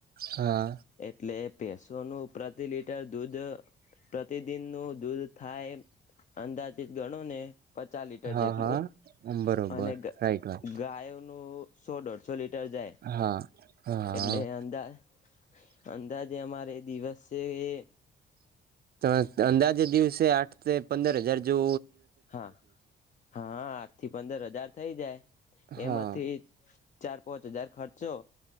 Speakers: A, on the right; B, on the left.
A: હા
B: એટલે પેસો નું પ્રતિ લિટર દૂધ પ્રતિદિન નું દૂધ થાય અંદાજીિત ગણો ને પચાસ લીટર
A: હા
B: જેટલું
A: હા બરોબર
B: અને
A: રાઈટ વાત
B: ગાયનું સો દોઢસોે જાય
A: હા હા
B: એટલે અંદા અંદાજે અમારે દિવસ છે એ
A: ત અંદાજે દિવસે આઠ પંદર હજાર જો
B: હા હા આઠ થી પંદર હજાર થઇ જાય
A: હા
B: એમાંથી ચાર પાંચ હજાર ખર્ચો